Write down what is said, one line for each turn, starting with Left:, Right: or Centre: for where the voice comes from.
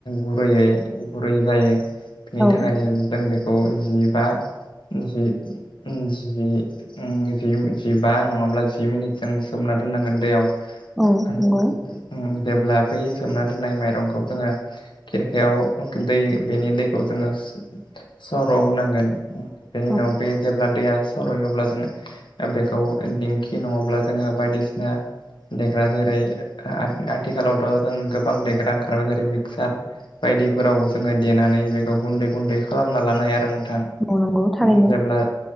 Left: गुरैयै गुरै जायो बिनि
Centre: औ
Left: थाखायनो जों बेखौ जि बा जि जि जिबा नङाब्ला जि मिनिट जों सोमना दोननांगोन दैयाव ओ
Centre: औ
Left: उम
Centre: नंगौ
Left: ओ उम जेब्ला बै सोमना दोन्नाय माइरंखौ जोङो खिरखायाव दै बेनि दैखौ जोङो सो सर' होनांगोन। उम बेनि
Centre: औ
Left: उनाव बे जेब्ला दैया सरयो अब्ला जोङो बेखौ दिंखि नङाब्ला जोङो बायदिसिना देग्रा जेरै आथि-आथिखालावथ' जों गोबां देग्रा ओंखारबाय जेरै मिक्सार बायदिफोराव जोङो देनानै बेखौ गुन्दै गुन्दै खालामना लानो हायो आरो नों थां
Centre: औ नंगौ थारैनो
Left: उम जेब्ला